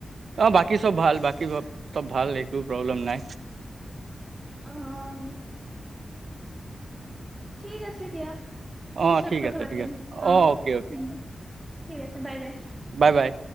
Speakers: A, on the right; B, on the right.
A: অঁ বাকী চব ভাল বাকী চব ভাল একো প্ৰব্লেম নাই
B: অঁ ঠিক আছে দিয়া
A: অঁ
B: পিছত
A: ঠিক
B: কথা
A: আছে
B: পাতিম
A: ঠিক আছে
B: অ
A: অঁ অ'কে অ'কে
B: উম ঠিক আছে বাই বাই
A: বাই বাই